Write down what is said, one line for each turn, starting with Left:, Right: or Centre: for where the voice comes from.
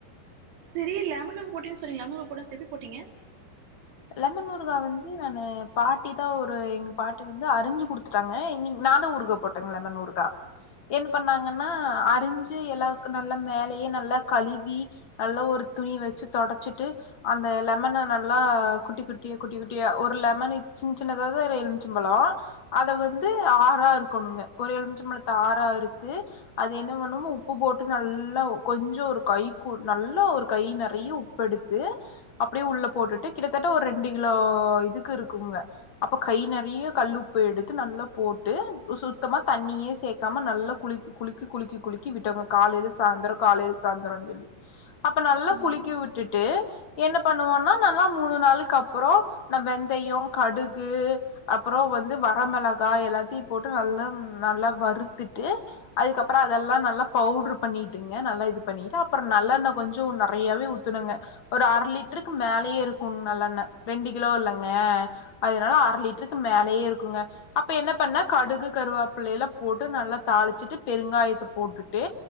Right: செரி லெமன போட்டே சொன்னீங்க லெமன போட்ட எப்படி போட்டீங்க
Left: லெமன் ஊருகா வந்து நானு பாட்டி தா ஒரு எங் பாட்டி வந்து அறிஞ்சு குடுத் துட்டாங்க இன்னிக் நாந்தா ஊருகா போட்டேங்க லெமன் ஊருகா
Right: பிளாக்
Left: என்ன பண்ணாங்கன்னா அரிஞ்சு எல்லாக்கு நல்ல மேலயே நல்லா கழுகி நல்லா ஒரு துணி வெச்சு தொடச்சிட்டு அந்த லெமன நல்லா குட்டி குட்டியோ குட்டி குட்டியா ஒரு லெமனு சின் சின்ன அதாவ்து ஒரு எல்ம்ச்சம்பழோ அத வந்து ஆறா இருக்கணுங்க ஒரு எலும்ச்ச பழத்த ஆறா அறுத்து அது என்ன பண்ணுமோ உப்பு போட்டு நல்லா ஒ கொஞ்சோ ஒரு கை கூ நல்லா ஒரு கை நெறைய உப் பெடுத்து அப்டே உள்ள போட்டுட்டு கிட்டதட்ட ஒரு ரெண்டு கிலோ இதுக்கு இருக்குங்க அப்போ கை நெறிய கல்லுப்பு எடுத்து நல்லா போட்டு சுத்தமா தண்ணியே சேக் காம நல்லா குளிக்கி குளிக்கி குளிக்கி குளிக்கி விட்டொங்க காலைல சாந்தரோ காலைல் சாந்தரோ சொல்லி அப்ப நல்லா
Right: ம்
Left: குளிக்கி விட்டுட்டு என்ன பண்ணுவோன்னா ந ல்லா மூணு நாளுக்கு அப்புறோ நா வெந்தயோ கடுகு அப்புறோ வந்து வரமெளகா எல்லாத்தியு போட்டு நல்லா நல்லா வருத்துட்டு அதுக்கப்புற அதெல்லா நல்லா பவுட்ரு பண்ணிட்டுங்க நல்லா இது பண்ணிட்டு அப்புற நல்லண்ணெ கொஞ்சு நறையவே ஊ த்தனுங்க ஒரு அர லிட்டருக்கு மேலயே இருக்கு நல்லண்ணெ ரெண்டு கிலோ இல்லைங்க அதனால அர லிட்ருக்கு மேலயே இருக்குங்க அப்ப என்ன பண்ணா கடுகு கருவாப்பிள்ளே எல்லா போட்டு நல்லா தாளிச்சிட்டு பெருங்காயத்த போட்டுட்டு